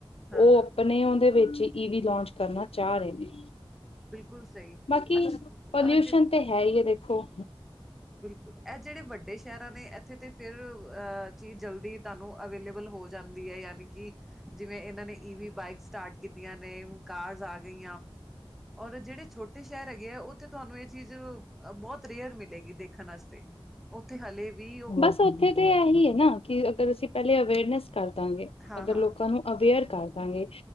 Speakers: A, in the centre; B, on the left.
A: ਹਾਂ
B: ਓ
A: ਹਾਂ
B: ਅਪਨੇ ਓਂਦੇ ਵਿੱਚ ਈਵੀ ਲੌਂਚ ਕਰਨਾ ਚਾਅ ਰੇ ਨੇ।
A: ਬਿਲਕੁਲ ਸਈ
B: ਬਾਕੀ
A: ਅੱਛ
B: ਪੋਲਿਊਸ਼ਨ
A: ਅੱਜ
B: ਤੇ ਹੈ ਈ ਏ ਦੇਖੋ।
A: ਬਿਲਕੁਲ ਅ ਜਿਹੜੇ ਵੱਡੇ ਸ਼ਹਿਰਾਂ ਨੇ ਐਥੇ ਤੇ ਫਿਰ ਅ ਚੀਜ਼ ਜਲਦੀ ਤੁਹਾਨੂੰ ਅਵੇਲੇਬਲ ਹੋ ਜਾਂਦੀ ਏ ਯਾਨੀ ਕਿ ਜਿਵੇਂ ਏਨਾਂ ਨੇ ਈ ਵੀ ਬਾਈਕ ਸਟਾਰਟ ਕੀਤੀਆਂ ਨੇ ਕਾਰਸ ਆ ਗਈਆਂ। ਔਰ ਜੇੜੇ ਛੋਟੇ ਸ਼ਹਿਰ ਹੈਗੇ ਐ ਓਥੇ ਤੁਆਨੂੰ ਏ ਚੀਜ ਅ ਬੋਤ ਰੇਅਰ ਮਿਲੇਗੀ ਦੇਖਨ ਆਸਤੇ। ਓਥੇ ਹਾਲੇ ਵੀ
B: ਬਸ ਓਥੇ ਤੇ ਐ ਹੀ ਏ ਨਾ ਕਿ ਅਗਰ ਅਸੀਂ ਪੈਲੇ ਅਵੇਅਰਨੈਸ ਕਰ ਦਾਂਗੇ,
A: ਹਾਂ
B: ਅਗਰ
A: ਹਾਂ
B: ਲੋਕਾਂ ਨੂੰ ਅਵੇਅਰ ਕਾਰ ਦਾਂਗੇ।